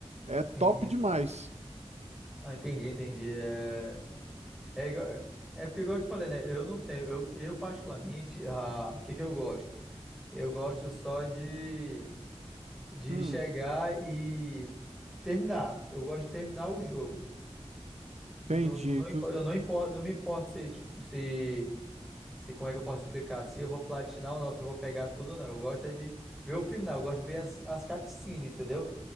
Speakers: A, on the right (about 85°); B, in the centre.
A: É
B: Sim.
A: top demais.
B: Ah, entendi, entendi. É, é, igual- é porque, igual eu te falei, né, eu não tenho, eu, eu particularmente, ah, o que que eu gosto? Eu gosto só de de
A: Hum,
B: chegar e terminar. Eu gosto de terminar o jogo. Tipo,
A: entendi.
B: Não, não, não,
A: Tu,
B: impo- eu não, importo, não me importa se, se, se, como é que eu posso explicar? Se eu vou platinar ou não, se eu vou pegar tudo ou não. Eu gosto é de ver o final, eu gosto de ver as, as cutscenes, entendeu?